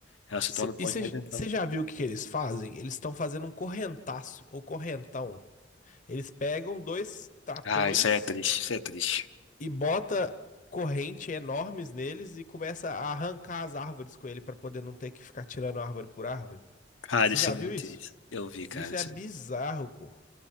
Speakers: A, on the left; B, on the left.
A: Ela se
B: Cê-
A: torna um ponto
B: e você
A: de reversão.
B: já viu o que que eles fazem? Eles estão fazendo um correntaço ou correntão. Eles pegam dois tratores
A: Ah, isso aí é triste, isso é triste.
B: e bota corrente enormes neles e começa a arrancar as árvores com ele para poder não ter que ficar tirando árvore por árvore.
A: Cara,
B: Você
A: isso
B: já
A: é muito
B: viu isso?
A: triste. Eu vi, cara,
B: Isso
A: isso
B: é bizarro,
A: é,
B: pô.